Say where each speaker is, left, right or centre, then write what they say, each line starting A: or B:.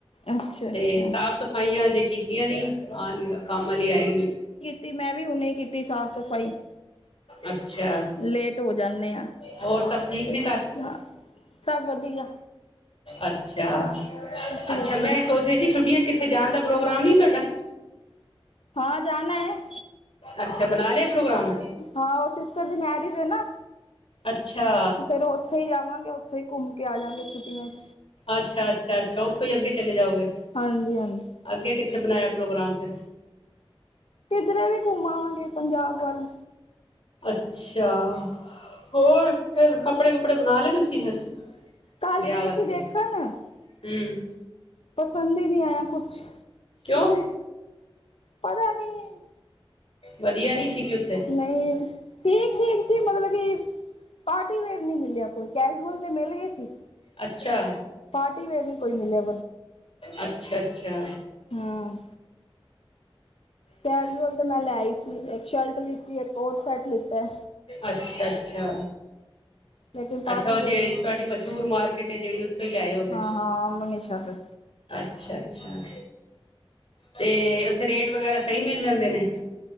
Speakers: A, on the left (about 85°); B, on the left (about 70°).
A: ਅੱਛਾ ਅੱਛਾ
B: ਤੇ, ਸਾਫ ਸਫਾਈਆਂ, ਅਜੇ ਕੀਤੀਆਂ ਨੀ, ਆ ਕੰਮ ਆਲੀ ਆਈ
A: ਤੇ, ਮੈਂ ਵੀ, ਹੁਨੇ ਕੀਤੀ ਸਾਫ ਫਾਈ,
B: ਅੱਛਾ
A: ਲੇਟ ਹੋ ਜਾਂਨੇ ਆ।
B: ਹੋਰ ਸਭ ਠੀਕ ਨੇ ਘਰ
A: ਹਾਂ, ਸਬ ਵਧੀਆ।
B: ਅੱਛਾ,
A: ਤੁਸੀਂ
B: ਅੱਛਾ
A: ਦੱਸੋ
B: ਮੈਂ ਸੋਚ ਰਈ ਸੀ ਛੁੱਟੀਆਂ, ਕਿੱਥੇ ਜਾਣ ਦਾ ਪ੍ਰੋਗਰਾਮ ਨਈ ਤੁਆਡਾ?
A: ਹਾਂ, ਜਾਨਾ ਏ।
B: ਅੱਛਾ, ਬਨਾ ਲੇਆ ਪ੍ਰੋਗਰਾਮ?
A: ਹਾਂ, ਓ ਸਿਸਟਰ ਦੀ ਮੈਰਿਜ, ਐ ਨਾ
B: ਅੱਛਾ।
A: ਫੇਰ ਉੱਥੇ ਈ ਜਾਵਾਂਗੇ, ਉੱਥੇ ਈ ਘੁੰਮ ਕੇ ਆ ਜਾਂਗੇ ਛੁੱਟੀਆਂ 'ਚ
B: ਅੱਛਾ-ਅੱਛਾ, ਅੱਛਾ ਉੱਥੋਂ ਈ ਅੱਗੇ ਚਲੇ ਜਾਓਗੇ,
A: ਹਾਂਜੀ ਹਾਂਜੀ
B: ਅੱਗੇ ਕਿੱਥੇ ਬਨਾਇਆ ਪ੍ਰੋਗਰਾਮ ਫਿਰ?
A: ਕਿਧਰੇ ਵੀ, ਘੁੰਮ ਆਵਾਂਗੇ ਪੰਜਾਬ ਵੱਲ।
B: ਅੱਛਾ, ਹੋਰ ਫਿਰ ਕੱਪੜੇ- ਕੁਪੜੇ ਬਨਾ ਲਏ ਤੁਸੀਂ ਫਿਰ?
A: ਕੱਲ
B: ਵੇਆਹ,
A: ਗਈ
B: ਵਾਸਤੇ,
A: ਸੀ ਦੇਖਣ
B: ਹੂੰ
A: ਪਸੰਦ ਈ, ਨੀਂ ਆਏਆ ਕੁਛ।
B: ਕੇਉਂ?
A: ਪਤਾ ਨੀਂ
B: ਵਦੀਆ, ਨਈ ਸੀਗੇ ਉੱਥੇ?
A: ਨਈਂ, ਠੀਕ- ਠੀਕ ਸੀ, ਮਤਲਬ ਕੀ ਪਾਰਟੀ ਵੇਅਰ ਨੀਂ ਮਿਲੇਆ ਕੋਈ, ਕੈਜੂਅਲ ਤੇ ਮਿਲ ਗਏ ਸੀ।
B: ਅੱਛਾ।
A: ਪਾਰਟੀ ਵੇਅਰ, ਨੀਂ ਕੋਈ ਮਿਲੇਆ।
B: ਅੱਛਾ-ਅੱਛਾ।
A: ਹਾਂ ਕੈਜ਼ੂਅਲ, ਤੇ ਮੈਂ ਲੈ ਆਈ ਸੀ। ਇੱਕ ਸ਼ਲਟ ਲਿੱਤੀ, ਇੱਕ ਕੋਟ ਸੈਟ, ਲਿੱਤਾ।
B: ਅੱਛਾ-ਅੱਛਾ,
A: ਲੇਕਿਨ ਪਾਰਟੀ
B: ਅੱਛਾ, ਓ
A: ਵੇਅਰ
B: ਜੇੜੀ
A: ਨਹੀਂ ਮਿਲੀ
B: ਤੁਆਡੀ ਮ ਸ਼ੂਰ ਮਾਰਕੀਟ ਏ ਜੇਹੜੀ, ਉੱਥੋਂ ਈ ਲਿਆਏ ਹੋਗੇ।
A: ਹਾਂ ਹਾਂ ਮਨੀਸ਼ਾ ਤੋਂ
B: ਅੱਛਾ-ਅੱਛਾ, ਤੇ ਉੱਥੇ, ਰੇਟ ਵਗੈਰਾ ਸਈ ਮਿਲ ਜਾਂਦੇ ਨੇ?,